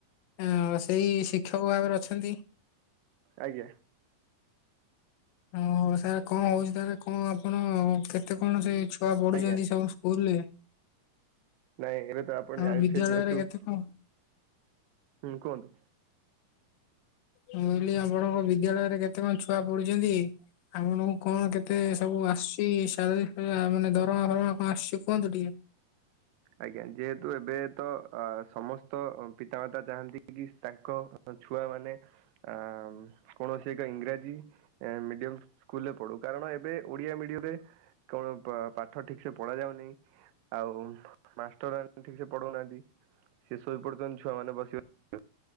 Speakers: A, on the left (about 80°); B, on the right (about 85°).
A: ଆ ସେଇ ଶିକ୍ଷକ ଭାବରେ ଅଛନ୍ତି।
B: ଆଜ୍ଞା।
A: ହଁ ସାର୍ କଣ ହଉଛି ତାର କଣ ଆପଣ କେତେ କଣ ସେ ଛୁଆ ପଢୁଛନ୍ତି
B: ଆଜ୍ଞା
A: ସବୁ ସ୍କୁଲ ରେ
B: ନାଇଁ ଏବେ ତ ଆପଣ
A: ଆମ
B: ଯାଣିଥିବେ
A: ବିଦ୍ୟାଳୟରେ
B: ଯେହେତୁ
A: କେତେ କଣ
B: ହୁଁ କୁହନ୍ତୁ?
A: ମୁଁ କହିଲି ଆପଣଙ୍କ ବିଦ୍ୟାଳୟରେ କେତେ କଣ ଛୁଆ ପଢୁଛନ୍ତି? ଆପଣଙ୍କୁ କଣ କେତେ ସବୁ ଆସୁଚି ସାଲାରୀ ଫାଲାରି ମାନେ ଦରମା ଫରମା କଣ ଆସୁଛି କୁହନ୍ତୁ ଟିକେ?
B: ଆଜ୍ଞା ଯେହେତୁ ଏବେ ତ ସମସ୍ତ ପିତାମାତା ଚାହାନ୍ତି କି ତାଙ୍କ ଛୁଆ ମାନେ ଆ କୌଣସି ଏକ ଇଂରାଜୀ ମିଡିୟମ ସ୍କୁଲରେ ପଢୁ କାରଣ ଏବେ ଓଡିଆ ମିଡିୟମରେ କଣ ପାଠ ଠିକ ସେ ପଢା ଯାଉନହିଁ ଆଉ ମାଷ୍ଟର ମାନ ଠିକ ସେ ପଢଉନାହାନ୍ତି ସେ ଶୋଇପାରୁୁଛନ୍ତି ଛୁଆମାନେ ବସିକି